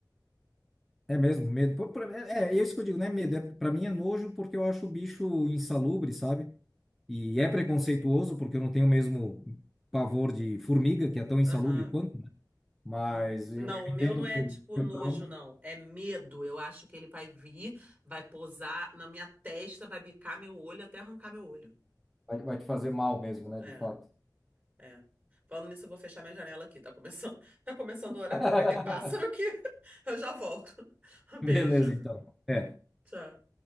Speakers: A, in the centre; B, on the right (about 25°).
A: é mesmo medo. Pô, pra- É, é isso que eu digo, não é medo, é para mim é nojo porque eu acho o bicho insalubre, sabe? E é preconceituoso porque eu não tenho o mesmo pavor de formiga, que é tão insalubre
B: Aham.
A: quanto. Mas
B: N-
A: eu
B: Não,
A: eu
B: o meu
A: entendo
B: não é
A: que o
B: tipo
A: que
B: nojo,
A: o trauma
B: não. É medo. Eu acho que ele vai vir, vai pousar na minha testa, vai bicar meu olho até arrancar meu olho.
A: vai vai te fazer mal mesmo, né?
B: É,
A: De fato.
B: é. Falando nisso, eu vou fechar minha janela aqui. Tá começando, <laughs> tá começando
A: <laughs>
B: o horário que vai ter pássaro aqui. <laughs> Eu já volto. <laughs> Um
A: Beleza,
B: beijo.
A: então. É.
B: Tchau.